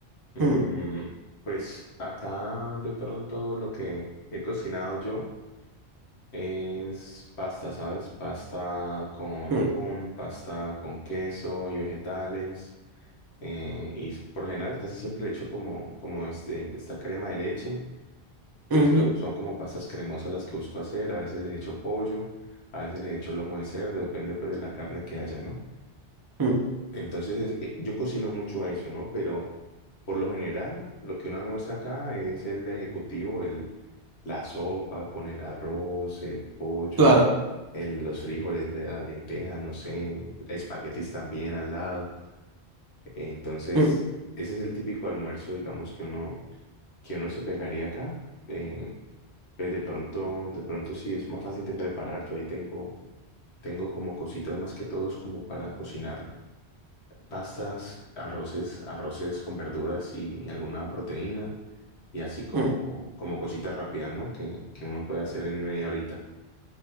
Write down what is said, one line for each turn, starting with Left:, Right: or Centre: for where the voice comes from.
Left: Mm,
Right: Mm,
Left: pues acá de pronto lo que he cocinado yo. Es pasta, ¿sabes? Pasta con
Right: mm,
Left: atún, pasta con queso y vegetales. eh, y s- por lo general casi siempre le echo como, como este, esta crema de leche. Entonces
Right: ujú,
Left: son, son como pastas cremosas las que busco hacer. A veces les echo pollo, a veces les echo lomo de cerdo, depende pues de la carne que haya, ¿no?
Right: mm,
Left: Entonces, eh, yo cocino mucho eso, ¿no? Pero por lo general, lo que uno almuerza acá es el ejecutivo, el, la sopa con el arroz, el pollo,
Right: claro.
Left: el, los frijoles, de la lenteja, no sé, espaguetis también al lado. Entonces,
Right: mm,
Left: ese es el típico almuerzo, digamos, que uno, que uno se pegaría acá. Eh, pues de pronto, de pronto sí es más fácil de preparar. Yo ahí tengo, tengo como cositas más que todo es como para cocinar pastas, arroces, arroces con verduras y alguna proteína y así como,
Right: mm.
Left: como cositas rápidas, ¿no? Que, que uno puede hacer en media horita.